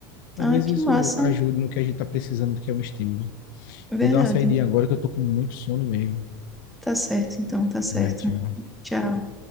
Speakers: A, on the left (about 70°); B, in the centre.
A: Talvez
B: Ah, que
A: isso
B: massa.
A: ajude no que a gente tá precisando, que é um estímulo.
B: Verdade.
A: Vou dar uma saidinha agora que eu tô com muito sono mesmo.
B: Tá certo, então, tá certo.
A: Vai, tchau.
B: Tchau.